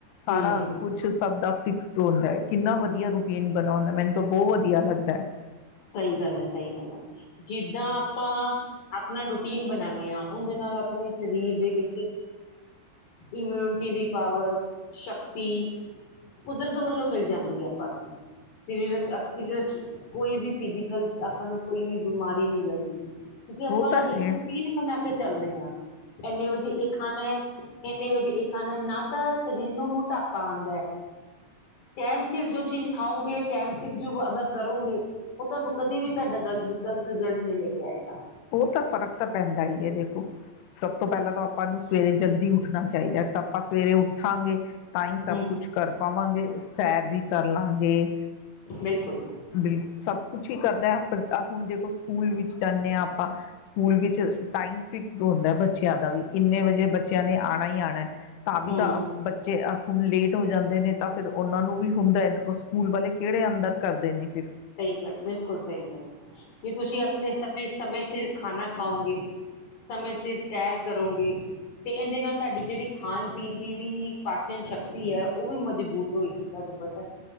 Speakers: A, on the left; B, on the left.
A: ਸਾਰਾ
B: ਹੂੰ
A: ਕੁਛ ਸਭ ਦਾ ਫਿਕਸਡ ਹੋਂਦਾ ਐ। ਕਿੰਨਾ ਵਧੀਆ ਰੂਟੀਨ ਬਣਾਉਣੈ, ਮੈਨੂੰ ਤੇ ਬਹੁਤ ਵਧੀਆ ਲੱਗਦੈ।
B: ਸਹੀ ਗੱਲ ਐ। ਸਹੀ ਗੱਲ ਐ। ਜਿੱਦਾਂ ਆਪਾਂ ਆਪਣਾ ਰੂਟੀਨ ਬਣਾ ਦਿਆਂ ਉਹਦੇ ਨਾਲ ਆ ਪਣੇ ਸਰੀਰ ਦੇ ਵਿੱਚ ਇਮਿਉਣ ਟੀ ਦੀ ਪਾਵਰ, ਸ਼ ਤੀ, ਕੁਦਰਤ ਵੱਲੋਂ ਮਿਲ ਜਾਂਦੀ ਐ ਆਪਾਂ ਨੂੰ। ਸਰੀਰਕ ਅਸੀਂ ਜਦ ਕੋਈ ਵੀ ਫਿਜ਼ਕਲ ਆਪਾਂ ਨੂੰ ਕੋਈ ਵੀ ਬਿਮਾਰੀ ਨਈ ਲੱਗਦੀ। ਕੇ ਆਪਾਂ
A: ਉਹ ਤਾਂ ਹੈ
B: ਇੱਕ ਰੂਟੀਨ ਬਣਾ ਕੇ ਚੱਲ ਰਹੇ ਆਂ, ਇੰਨੇ ਵਜੇ ਇਹ ਖਾਣਾ ਏ, ਇੰਨੇ ਵਜੇ ਇਹ ਖਾਣਾ ਏ। ਨਾ ਤਾਂ ਸਰੀਰ ਨੂੰ ਮੋਟਾਪਾ ਆਂਦਾ ਏ ਟਾਈਮ ਸਿਰ ਜੋ ਚੀਜ਼ ਖਾਓਂਗੇ, ਟਾਈਮ ਸਿਰ ਜੋ ਅਦਾ ਕਰੋਂਗੇ ਉਹ ਤੁਹਾਨੂੰ ਕਦੇ ਵੀ ਤੁਹਾਡਾ ਗਲਤ ਗ਼ਲਤ ਰਿਜ਼ਲਟ ਨਹੀਂ ਲੈ ਕੇ ਆਏਗਾ।
A: ਉਹ ਤਾਂ ਫ਼ਰਕ ਤਾਂ ਪੈਂਦਾ ਹੀ ਹੈ ਦੇਖੋ ਸਭ ਤੋਂ ਪਹਿਲਾਂ ਤਾਂ ਆਪਾਂ ਨੂੰ ਸਵੇਰੇ ਜਲਦੀ ਉੱਠਣਾ ਚਾਹੀਦੈ। ਆਪਾਂ ਸਵੇਰੇ ਉੱਠਾਂਗੇ ਤਾਂ ਈਂ ਸਭ
B: ਹਮ
A: ਕੁਛ ਕਰ ਪਾਵਾਂਗੇ, ਸੈਰ ਵੀ ਕਰ ਲਾਂਗੇ।
B: ਬਿਲਕੁਲ
A: ਬਿਲ ਸਭ ਕੁਛ ਈ ਕਰਦਾ ਐ ਆਪ ਫਿਰ ਆ ਹੁਣ ਜੇ ਕੋੋ ਸਕੂਲ ਵਿੱਚ ਜਾਨੇ ਆਂ ਆਪਾਂ, ਸਕੂਲ ਵਿੱਚ ਟਾਈਮ ਫਿਕਸਡ ਹੁੰਦਾ ਬੱਚਿਆਂ ਦਾ ਵੀ। ਇੰਨੇ ਵਜੇ ਬੱਚਿਆਂ ਨੇ ਆਣਾ ਈ ਆਣਾ। ਤਾਂ
B: ਹਮ
A: ਵੀ ਤਾਂ ਆਹ, ਬੱਚੇ ਅਹ ਹੁਣ ਲੇਟ ਹੋ ਜਾਂਦੇ ਨੇ ਤਾਂ ਫਿਰ ਉਹਨਾਂ ਨੂੰ ਵੀ ਹੁੰਦੈ, ਸਕੂਲ ਵਾਲੇ ਕਿਹੜੇ ਅੰਦਰ ਕਰਦੇ ਨੇ ਫਿਰ
B: ਸਹੀ ਗੱਲ। ਬਿਲਕੁਲ। ਸਹੀ ਐ। ਜੇ ਤੁਸੀਂ ਆਪਣੇ ਸਮੇਂ ਸਮੇਂ ਸਿਰ ਖਾਣਾ ਖਾਓਂਗੇ ਸਮੇਂ ਸਿਰ ਸੈਰ
A: ਉਹ
B: ਕਰੋਂਗੇ ਤੇ ਏਂਦੇ ਨਾਲ ਤੁਹਾਡੀ ਜਿਹੜੀ ਖਾਣ ਪੀਣ ਦੀ ਵੀ ਪਾਚਨ ਸ਼ਕਤੀ ਐ, ਉਹ ਵੀ ਮਜ਼ਬੂਤ ਹੋਏਗੀ ਤੁਹਾਨੂੰ ਪਤੈ।